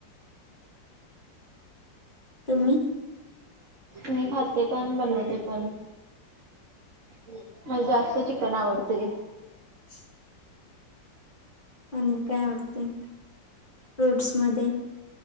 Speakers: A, on the left; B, on the right.
A: तुम्ही
B: मी खाते पण बनवते. पण मला जास्त चिकन आवडतय.
A: <unintelligible> आणि काय आवटते? फ्रूट्स मध्ये